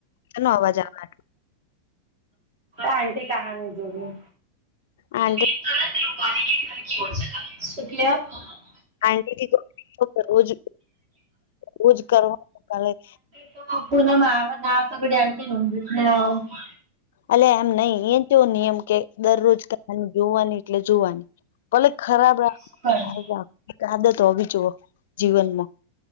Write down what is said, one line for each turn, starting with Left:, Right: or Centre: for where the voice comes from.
Left: સેનો અવાજ આવે?
Right: આંટી કહાની જોરી.
Left: આંટી
Right: <unintelligible>
Left: આંટી થી રોજ રોજ કરવા
Right: <unintelligible>
Left: અલ્યા એમ નઈ એ કેવો નિયમ કે દરરોજ કહાની જોવાની એટલે જોવાની. ભલે ખરાબ રાખ
Right: શું કરીએ.
Left: આદત હો જોએ જીવનમાં.